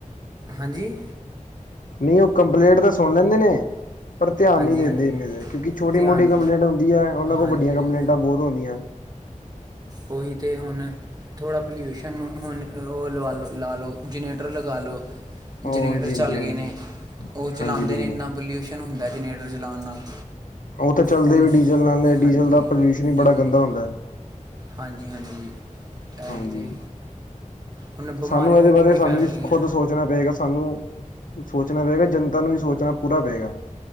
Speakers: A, on the right; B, on the left.
A: ਹਾਂਜੀ
B: ਨਹੀਂ ਉਹ ਕੰਪਲੇਂਟ ਤਾਂ ਸੁਣ ਲੈਂਦੇ ਨੇ। ਪਰ ਧਿਆਨ
A: ਹਾਂਜੀ
B: ਨਹੀਂ ਦਿੰਦੇ
A: ਹਾਂਜੀ
B: ਇਨੇ ਦੇ, ਕਿਉਂਕਿ ਛੋਟੀ-
A: ਧਿਆਨ
B: ਮੋਟੀ ਕੰਪਲੇਂਟ ਹੁੰਦੀ ਐ। ਉਹਨਾਂ ਕੋਲ
A: ਹਾਂਜੀ
B: ਵੱਡੀਆਂ ਕੰਪਲੇਂਟਾਂ ਬਹੁਤ ਹੁੰਦੀਆਂ।
A: ਉਹੀ ਤੇ ਹੁਣ। ਥੋੜ੍ਹਾ ਪੋਲਿਊਸ਼ਨ ਹੁਣ ਉਹ ਲਵਾ -ਲ -ਲਾ ਲਉ ਜਨਰੇਟਰ ਲਗਾ ਲਉ।
B: ਹਾਂਜੀ
A: ਜਨਰੇਟਰ ਚੱਲ
B: ਹਾਂਜੀ
A: ਗਏ
B: ਹਾਂਜੀ
A: ਨੇ, ਉਹ ਚਲਾਦੇ
B: ਹਾਂਜੀ ਬਿਲਕੁਲ
A: ਨੇ ਇੰਨਾ ਪੋਲਿਊਸ਼ਨ ਹੁੰਦਾ ਜਨਰੇਟਰ ਚਲਾਣ ਨਾਲ।
B: ਉਹ ਤਾਂ ਚੱਲਦੇ
A: ਹੁਣ
B: ਵੀ ਡੀਜ਼ਲ ਨਾਲ ਡੀਜ਼ਲ
A: ਹਾਂਜੀ।
B: ਦਾ ਪੋਲਿਊਸ਼ਨ ਹੀ
A: ਡੀਜ਼ਲ
B: ਬੜਾ ਗੰਦਾ
A: ਦਾ
B: ਹੁੰਦਾ ਹੈ
A: ਹਾਂਜੀ ਹਾਂਜੀ। ਇਹ
B: ਹਾਂਜੀ।
A: ਵੀ ਤੇ ਹੁਣ ਬਿਮਾਰੀਆਂ
B: ਸਾਨੂੰ ਇਹਦੇ
A: ਵੀ ਕਿੰਨੀ
B: ਬਾਰੇ
A: ਫੈਲ
B: ਸਾਨੂੰ ਵੀ
A: ਰਹੀਆਂ
B: ਖੁਦ ਸੋਚ ਸੋਚਣਾ ਪਏਗਾ ਸਾਨੂੰ। ਸੋਚਣਾ ਪਏਗਾ ਜਨਤਾ ਨੂੰ ਵੀ ਸੋਚਣਾ ਪੂਰਾ ਪਏਗਾ।